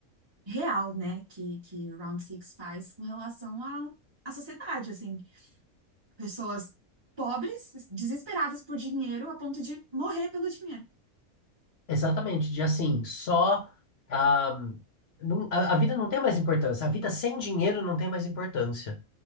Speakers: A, on the right; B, on the left.
A: real, né? Que, que Round Six faz com relação à, à sociedade, assim. Pessoas pobres, desesperadas por dinheiro, a ponto de morrer pelo dinheiro.
B: Exatamente, de assim, só ah, não- a, a vida não tem mais importância. A vida sem dinheiro não tem mais importância.